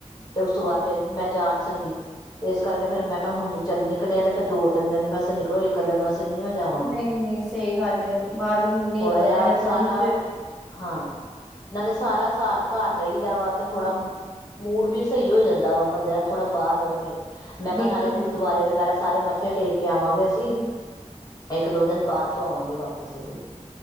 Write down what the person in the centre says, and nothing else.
ਨਹੀਂ ਨਹੀਂ ਸਹੀ ਗੱਲ ਬਾਰ ਵਾਰ ਨ ਨਿਕਲਦਾ
ਇਹਨਾਂ ਦਰਨ
ਚ
ਬਿਲਕੁਲ
ਬਿਲਕੁਲ।